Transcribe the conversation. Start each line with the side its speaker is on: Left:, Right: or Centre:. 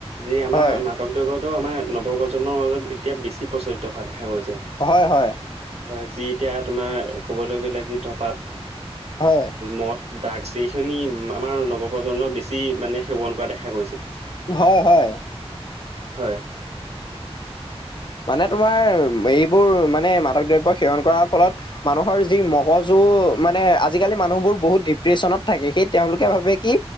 Right: যে আমাৰ
Left: হয়
Right: মাদক দ্ৰবিওত টো আমাৰ নৱপ্ৰজন্মৰ মাজত এতিয়া বেছি প্ৰচলিত হোৱা দেখা গৈছে
Left: হয় হয়
Right: হয় যি এতিয়া তোমাৰ ক'বলৈ গ'লে যি ধপাত
Left: হয়
Right: মদ ড্ৰাগছ এইখিনি আমাৰ নৱপ্ৰজন্মৰ বেছি মানে সেৱন কৰা দেখা গৈছে
Left: হয় হয়
Right: হয়
Left: মানে তোমাৰ এইবোৰ মানে মাদক দ্ৰব্য সেৱন কৰাৰ ফলত মানুহৰ যি মগজু কো মানে আজি মানুহবোৰ বহুত সেই তেওলোকে ভাবে কি